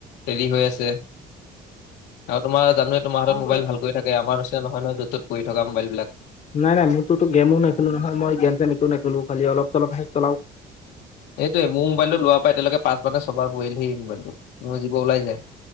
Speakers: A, on the left; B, on the left.
A: হেৰি হৈ আছে আৰু তোমাৰ জানোৱে তোমাৰ হাতত
B: অ'।
A: মোবাইল ভালকৈ থাকে, আমাৰ নিচিনা নহয় নহয় য যত পৰি থকা মোবাইলবিলাক।
B: নাই নাই মোৰটো গেমো নেখো নহয়। মই গম-চেমটো নেখেলো খালি অলপ-চলপ হে চলাওঁ।
A: এইটোয়েই মোৰ মোবাইলটো লোৱাৰ পৰাই‌ এতিয়ালৈকে পাঁচবাৰ নে ছয়বাৰ পৰিলেই এই মোবাইলটো। মোৰ জীব ওলাই যায়।